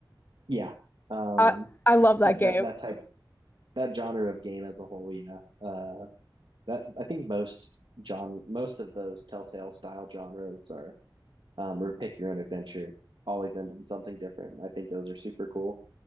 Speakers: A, on the right (about 75°); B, on the left (about 25°).
A: Yeah. Um,
B: I I love that
A: that
B: game.
A: that type that genre of game as a whole, yeah. Uh, that I think most John most of those Telltale style genres are um, or pick your own adventure always end in something different. I think those are super cool.